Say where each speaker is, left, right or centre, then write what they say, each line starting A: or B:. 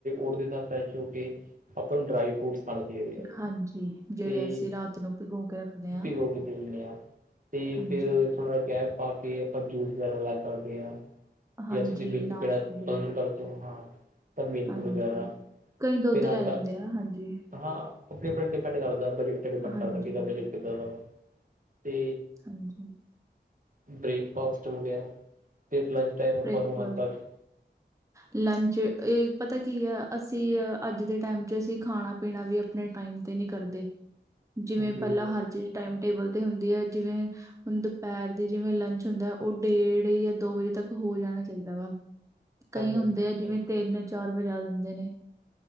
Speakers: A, on the right (about 50°); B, on the right (about 15°).
A: ਉਠਦੇ ਸਾਰ ਫਰੈਸ਼ ਹੋ ਕੇ, ਆਪਾਂ ਨੂੰ ਡਰਾਈ ਫਰੂਟਸ ਫੜ ਦੇਦੇ ਆ
B: ਹਾਂਜੀ ਜਿਹੜੇ
A: ਤੇ
B: ਅਸੀਂ ਰਾਤ ਨੂੰ ਭਿਗੋ ਕੇ ਰੱਖਦੇ
A: ਟੁਟੀ
B: ਹਾਂ
A: ਕੇ ਦੇ ਦਿੰਦਾ ਹਾਂ। ਤੇ
B: ਹਾਂਜੀ
A: ਫੇਰ ਥੋੜ੍ਹਾ ਗੈਪ ਪਾ ਕੇ ਆਪਾਂ ਜੂਸ ਵਗੈਰਾ ਲੈ ਸਕਦੇ ਹਾਂ।
B: ਹਾਂਜੀ
A: ਜਾਂ ਤੁਸੀਂ ਮਿਲ
B: ਨਾਸ਼ਤੇ
A: ਕੇ ਪੀਣਾ ਪਸੰਦ
B: ਦੇ ਵਿੱਚ
A: ਕਰਦੇ ਹੋ ਹਾਂ। ਮਿਲਕ
B: ਹਾਂਜੀ
A: ਵਗੈਰਾ
B: ਕਈ ਦੁੱਧ
A: ਫਿਲਹਾਲ
B: ਲੈ
A: ਤਾਂ
B: ਲੈਂਦੇ ਆ ਹਾਂਜੀ
A: ਹਾਂ ਆਪਣੇ ਡਿਪੈਂਡ ਕਰਦਾ ਬਜਟ ਤੇ ਡਿਪੈਂਡ
B: ਹਾਂਜੀ
A: ਕਰਦਾ, ਕਿ ਬਜਟ ਕਿੱਦਾਂ ਦਾ ਵਾ ਤੇ
B: ਹਾਂਜੀ
A: ਬ੍ਰੇਕਫਾਸਟ ਹੋ ਗਿਆ, ਫਿਰ ਲੰਚ ਟਾਈਮ ਆਪਾਂ
B: ਬ੍ਰੇਕਫਾਸਟ
A: ਨੂੰ ਹਲਕਾ ਜੀ
B: ਲੰਚ ਇਹ ਪਤਾ ਕੀ ਹੈ, ਅਸੀਂ ਅੱਜ ਦੇ ਟਾਈਮ ਚ ਅਸੀਂ ਖਾਣਾ ਪੀਣਾ ਵੀ। ਆਪਣੇ ਟਾਈਮ ਤੇ ਨੀ ਕਰਦੇ ਜਿਵੇਂ,
A: ਹਾਂਜੀ
B: ਪਹਿਲਾਂ ਹਰ ਜੇ ਟਾਈਮ ਟੇਬਲ ਤੇ ਹੁੰਦੀ ਹੈ, ਜਿਵੇਂ ਹੁਣ ਦੁਪਹਿਰ ਦੀ ਜਿਵੇਂ ਲੰਚ ਹੁੰਦਾ ਹੈ, ਉਹ ਡੇਢ ਜਾਂ ਦੋ ਵਜੇ ਤੱਕ ਹੋ ਜਾਣਾ ਚਾਹੀਦਾ ਵਾ ਕਈ ਹੁੰਦੇ
A: ਹਾਂਜੀ ਬਿਲਕੁਲ
B: ਆ, ਜਿਵੇਂ ਤਿੰਨ ਚਾਰ ਵਜਾ ਦਿੰਦੇ ਨੇ